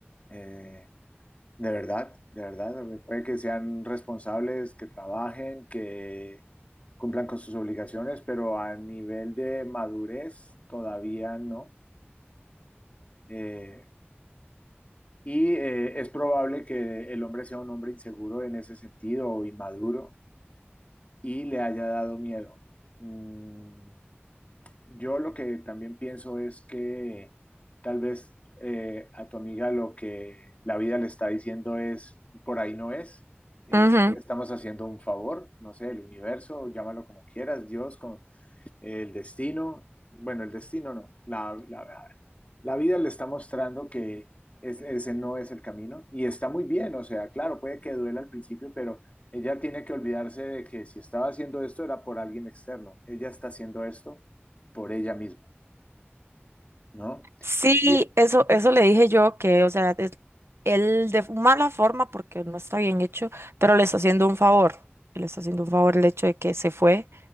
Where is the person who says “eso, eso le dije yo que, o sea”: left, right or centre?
Right